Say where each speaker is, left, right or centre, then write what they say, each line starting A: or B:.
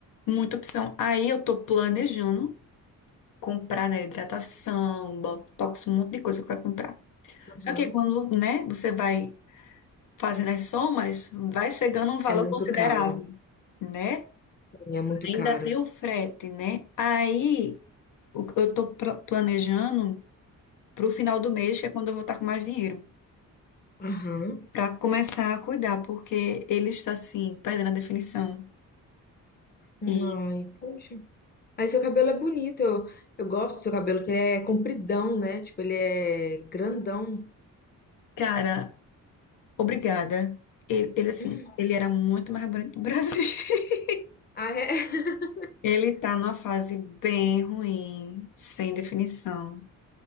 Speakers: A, on the left; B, on the left.
A: muita opção. Aí eu tô planejando comprar, né, hidratação, botox, um monte de coisa que eu quero comprar. Só
B: Aham.
A: que quando, né, você vai fazendo as somas, vai chegando um valor
B: É muito
A: considerável,
B: caro.
A: né?
B: É muito
A: Ainda
B: caro.
A: tem o frete, né? Aí o- eu tô pla- planejando pro final do mês, que é quando eu vou estar com mais dinheiro,
B: Aham.
A: pra começar a cuidar, porque ele está assim, perdendo a definição.
B: Ai,
A: E,
B: poxa. Aí seu cabelo é bonito. Eu, eu gosto do seu cabelo, que ele é compridão, né? Tipo, ele é grandão.
A: cara, obrigada. Ele, ele assim,
B: Hum.
A: ele era muito mais bonito do Brasil. <laughs>
B: Ah, é? <laughs>
A: Ele tá numa fase bem ruim, sem definição.